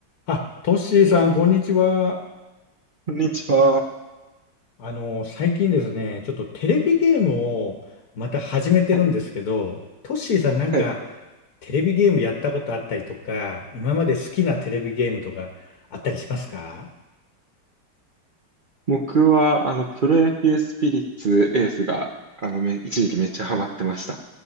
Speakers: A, on the left; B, on the right.
A: あ、トッシーさん、こんにちは。
B: こんにちは。
A: あの、最近ですね、ちょっとテレビゲームをまた始めてるんですけど、
B: はい。
A: トッシーさんなんか
B: はい。
A: テレビゲームやったことあったりとか、今まで好きなテレビゲームとかあったりしますか
B: 僕は、あの、プロ野球スピリッツエースが、あの、め、一時期めっちゃハマってました。